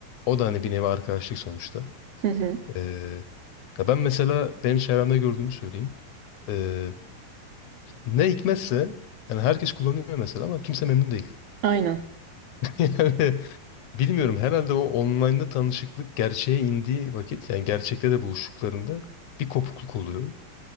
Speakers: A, on the left; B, on the right.
A: O da hani bir nevi arkadaşlık sonuçta.
B: Hı hı.
A: E, ya ben mesela benim çevremde gördüğümü söyleyeyim. E, ne hikmetse yani herkes kullanıyor mesela ama kimse memnun değil. <laughs>
B: Aynen.
A: Yani bilmiyorum herhalde o online'da tanışıklık gerçeğe indiği vakit yani gerçekte de buluştuklarında bir kopukluk oluyor.